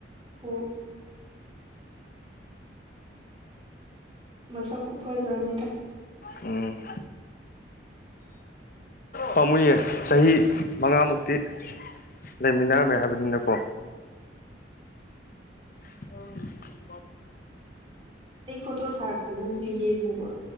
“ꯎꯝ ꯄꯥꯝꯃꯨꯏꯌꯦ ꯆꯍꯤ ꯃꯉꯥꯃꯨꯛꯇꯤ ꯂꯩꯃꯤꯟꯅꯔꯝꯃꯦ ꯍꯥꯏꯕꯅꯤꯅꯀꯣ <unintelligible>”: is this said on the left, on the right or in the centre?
Left